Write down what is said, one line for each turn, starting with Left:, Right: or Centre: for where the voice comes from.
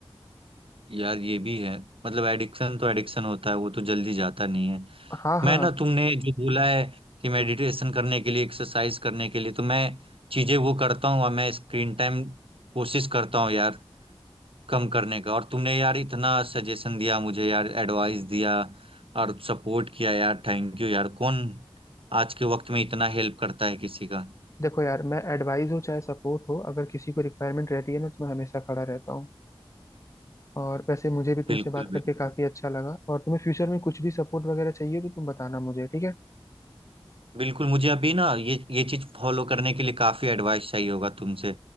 Right: यार ये भी है मतलब एडिक्शन तो एडिक्शन होता है वो तो जल्दी जाता नहीं है
Left: हाँ
Right: मैं
Left: हाँ
Right: ना तुमने जो बोला है कि मेडिटेशन करने के लिए एक्सरसाइज करने के लिए तो मैं चीजें वो करता हूँ और मैं स्क्रीन टाइम कोशिश करता हूँ यार कम करने का और तुमने यार इतना सजेशन दिया मुझे यार एडवाइस दिया और सपोर्ट किया यार थैंक यू यार कौन आज के वक्त में इतना हेल्प करता है किसी का
Left: देखो यार मैं एडवाइस हो चाहे सपोर्ट हो अगर किसी को रिक्वायरमेंट रहती है ना तो मैं हमेशा खड़ा रहता हूँ और वैसे मुझे भी तुमसे
Right: बिल्कुल
Left: बात करके
Right: भी
Left: काफी अच्छा लगा और तुम्हें फ्यूचर में कुछ भी सपोर्ट वगैरह चाहिए तो तुम बताना मुझे ठीक है
Right: बिल्कुल मुझे अभी ना ये ये चीज फॉलो करने के लिए काफी एडवाइस चाहिए होगा तुमसे